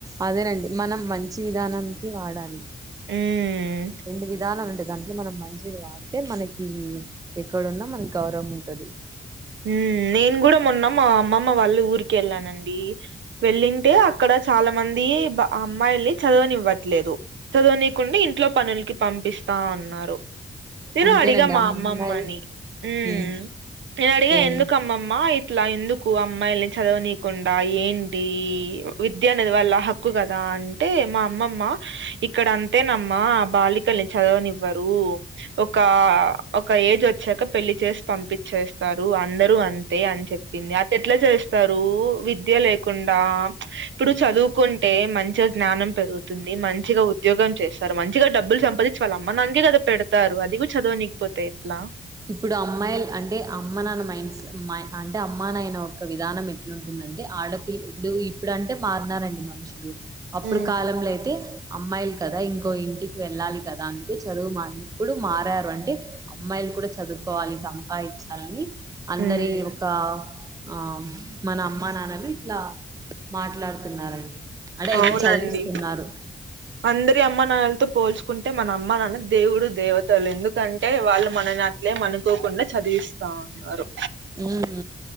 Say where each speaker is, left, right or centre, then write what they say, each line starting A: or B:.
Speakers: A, on the right; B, on the right.
A: అదేనండి మనం మంచి విధానానికి వాడాలి
B: హ్మ్
A: రెండు విధానాలుండే దాంట్లో మనం మంచిది వాడ్తే మనకి ఎక్కడున్నా మనక్ గౌరవం ఉంటది.
B: మ్ నేన్ గుడా మొన్న మా అమ్మమ్మ వాళ్ళు ఊరికెళ్ళానండి వెళ్ళింటే అక్కడ చాలా మంది అమ్మాయిల్ని చదవనివ్వట్లేదు. చదవనీకుండ ఇంట్లో పనుల్కి పంపిస్తా ఉన్నారు. నేను
A: అంతేనండి
B: అడిగా మా
A: అమ్మాయిలు
B: అమ్మమ్మని మ్
A: ఉమ్
B: నేన్ అడిగ
A: ఏమి
B: ఎందుకు అమ్మమ్మా ఇట్లా ఎందుకు అమ్మాయిల్ని చదవని కుండా ఏంటి విద్య అనేది వాళ్ళ హ క్కు కదా అంటే మా అమ్మమ్మ ఇక్కడ అంతేనమ్మా బాలికల్ని చదవనివ్వరు ఒక ఒక ఏజ్ వచ్చాక పెళ్లి చేస్ పంపిచ్చేస్ స్తారు అందరు అంతే అని చెప్పింది అటేట్లా చేస్తారు విద్య లేకుండా ఇప్పుడు చదువుకుంటే మంచిగ జ్ఞానం పెరుగుతుంది మంచిగా ఉద్యోగం చేస్ స్తారు మంచిగా డబ్బులు సంపాదించి వాళ్ళ అమ్మ నాన్నకే కదా పెడతారు. అది కూడా చదవనికపోతే ఎట్లా
A: ఇప్పుడు అమ్మాయిలు అంటే అమ్మ నాన్న మైండ్స్ అంటే అమ్మా నాయన ఒక విధానం ఎట్లుంటుంది అంటే ఆడపిల్ ఇప్పుడు ఇప్పుడు అంటే మారినారండి మనుషులు అప్పుడు
B: ఉమ్
A: కాలంలో అయితే అమ్మాయిలు కదా ఇంకో ఇంటికి వెళ్ళాలి కదా అందుకే చదువు మ ఇప్పుడు మారారు అంటే అమ్మాయిలు కూడా చదువుకోవాలి సంపాదించాలని అందరి
B: ఉమ్
A: ఒక ఆ మనమ్ అమ్మ నాన్నలు ఇట్లా మాట్లాడుతున్నారండి అంటే ఐ
B: అవునండి
A: మీన్ చదివిస్తున్నారు
B: అందరి అమ్మ నాన్నలతో పోల్చుకుంటే మన అమ్మ నాన్న దేవుడు దేవతలు ఎందుకంటే వాళ్ళు మనని అట్లేం అనుకోకుండా చదివిస్తా ఉన్నారు
A: ఉహు